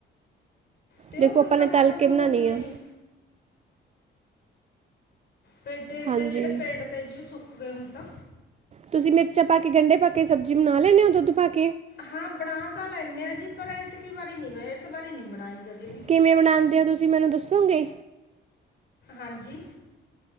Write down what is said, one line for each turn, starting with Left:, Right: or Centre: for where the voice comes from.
Left: ਤੇ
Right: ਦੇਖੋ
Left: ਉਹ
Right: ਆਪਾਂ
Left: ਹੁਣ ਤਾਂ
Right: ਨੇ
Left: ਖਤਮ
Right: ਤਲ ਕੇ ਬਣਾਉਣੀ
Left: ਹੋ ਗ
Right: ਆ
Left: ਜੀ ਤੇ ਜਿਹੜੇ
Right: ਹਾਂਜੀ।
Left: ਪੇਡ ਤੇ ਸੀ ਉਹ ਸੁੱਕ ਗਏ ਹੁਣ ਤਾਂ
Right: ਤੁਸੀਂ ਮਿਰਚਾਂ ਪਾ ਕੇ ਗੰਢੇ ਪਾ ਕੇ ਸਬਜ਼ੀ ਬਣਾ ਲਦੇ ਹੋ ਦੁੱਧ ਪਾ ਕੇ
Left: ਹਾਂ ਬਣਾ ਤਾਂ ਲੈਂਨ ਆ ਜੀ ਪਰ ਇਤਕੀ ਵਾਰੀ ਨੀ ਇਸ ਵਾਰੀ ਨੀ ਬਣਾਈ ਕਦੇ ਵੀ
Right: ਕਿਵੇਂ ਬਣਾਉਂਦੇ ਹੋ ਤੁਸੀਂ ਮੈਨੂੰ ਦੱਸੋਗੇ
Left: ਹਾਂਜੀ